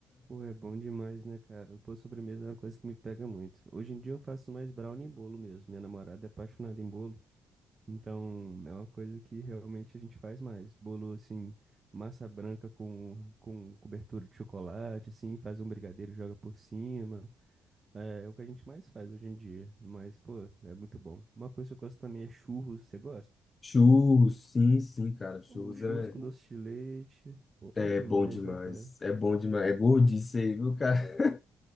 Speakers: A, on the right; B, on the left.
A: Pô, é bom demais, né, cara? Pô, sobremesa é uma coisa que me pega muito. Hoje em dia eu faço mais brownie e bolo mesmo. Minha namorada é apaixonada em bolo. Então, é uma coisa que realmente a gente faz mais. Bolo, assim, massa branca com, com cobertura de chocolate, assim, faz um brigadeiro, e joga por cima. É, é o que a gente mais faz hoje em dia. Mas, pô, é muito bom. Uma coisa que eu gosto também é churros. Você gosta?
B: <laughs> Churros, sim, sim, cara. Churros
A: Um churros
B: é,
A: com doce de leite. Bom
B: é
A: demais,
B: bom demais.
A: né, cara?
B: É bom demais. É gordice aí, viu, cara? <laughs>